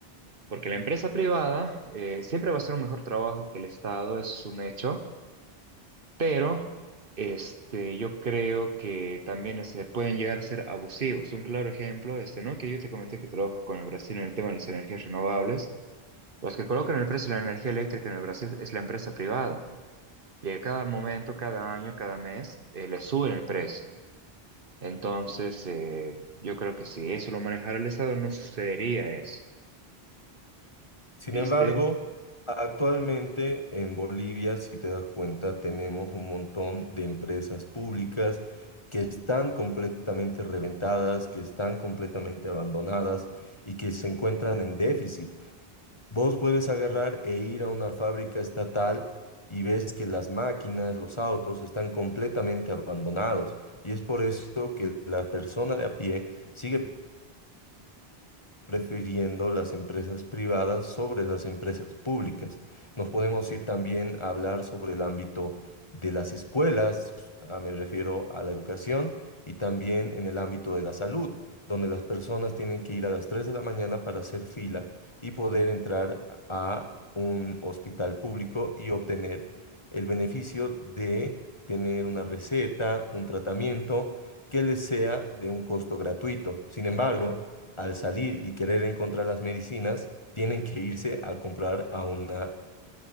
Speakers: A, on the right; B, on the left.
A: Porque la empresa privada eh, siempre va a hacer un mejor trabajo que el Estado, eso es un hecho, pero este, yo creo que también se pueden llegar a ser abusivos. Un claro ejemplo, este, ¿no? Que yo te comenté que trabajo con el Brasil en el tema de las energías renovables. Los que colocan el precio de la energía eléctrica en el Brasil es la empresa privada. Y a cada momento, cada año, cada mes, eh, le suben el precio. Entonces, eh, yo creo que si eso lo manejara el Estado, no sucedería eso.
B: Sin
A: ¿Viste?
B: embargo, actualmente en Bolivia, si te das cuenta, tenemos un montón de empresas públicas que están completamente reventadas, que están completamente abandonadas y que se encuentran en déficit. Vos puedes agarrar e ir a una fábrica estatal y ves que las máquinas, los autos están completamente abandonados. Y es por eso que la persona de a pie sigue prefiriendo las empresas privadas sobre las empresas públicas. Nos podemos ir también a hablar sobre el ámbito de las escuelas, s- a- me refiero a la educación, y también en el ámbito de la salud, donde las personas tienen que ir a las 3 de la mañana para hacer fila y poder entrar a un hospital público y obtener el beneficio de tener una receta, un tratamiento que les sea de un costo gratuito. Sin embargo,
A: Claro.
B: al salir y querer encontrar las medicinas, tienen que irse a comprar a una